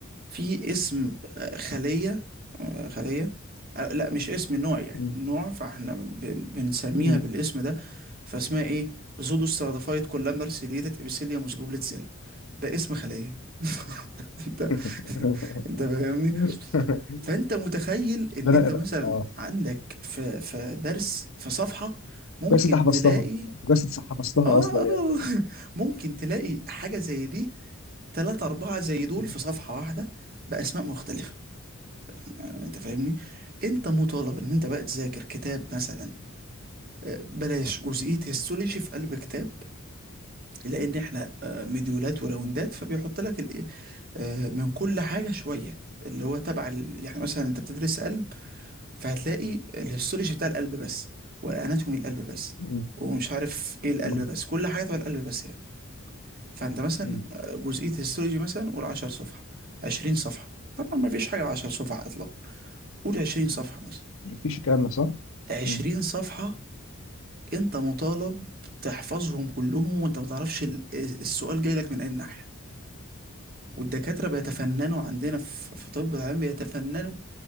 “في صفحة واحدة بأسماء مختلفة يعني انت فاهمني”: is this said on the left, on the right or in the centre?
Right